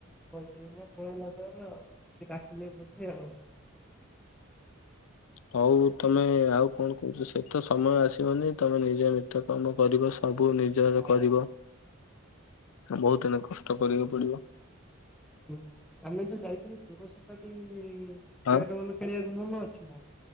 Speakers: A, in the centre; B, on the left (about 80°).
A: କହିଦେଇକି ନା ପଳେଇଲା ତାର କିଏ ଡାକୁଛି ଯିବି ଆଉ।
B: ହଉ ତମେ ଆଉ କଣ କହୁଛ ସେ ତ ସମୟ ଆସିବନି ତମେ ନିଜେ ନିତ୍ୟ କାମ କରିବ ସ ସବୁ ନିଜର
A: ହଁ
B: କରିବ ବହୁତ ଏଇନା କଷ୍ଟ କରିବାକୁ ପଡିବ।
A: ହୁଁ ଆମେ ଯୋଉ ଯାଇଥିଲେୁ ଚୁର ସପାଟି ବ୍ୟାଟ୍
B: ହଁ
A: ବଲ୍ ଖେଳିବାକୁ ମନେ ଅଛି ନା।